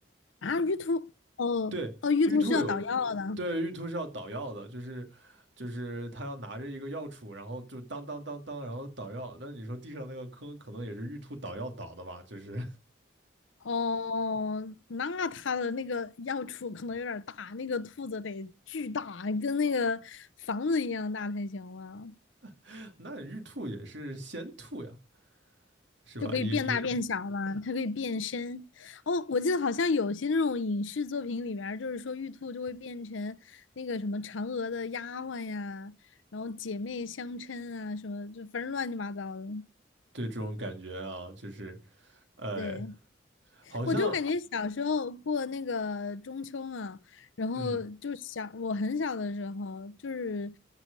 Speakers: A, on the left; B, on the right.
A: 啊，玉兔哦哦，
B: 对，
A: 玉兔是要捣药的。
B: 玉兔有，呃对，玉兔是要捣药的，就是就是他要拿着一个药杵，然后就当当当当，然后捣药。那你说地上那个坑，可能也是玉兔捣药捣的吧？就是
A: 哦，那它的那个药处可能有点儿大，那个兔子得巨大，跟那个房子一样大才行了，
B: <laughs> 那玉兔也是仙兔呀，是吧？
A: 就可以变大变小嘛，
B: 也也
A: 它可以变身。哦，我记得好像有些那种影视作品里面儿，就是说玉兔就会变成那个什么嫦娥的丫鬟呀，然后姐妹相称啊，什么就反正乱七八糟的。
B: 对这种感觉啊，就是呃，
A: 对，
B: 好像
A: 我就感觉小时候过那个中秋嘛，然后就小，
B: 嗯，
A: 我很小的时候，就是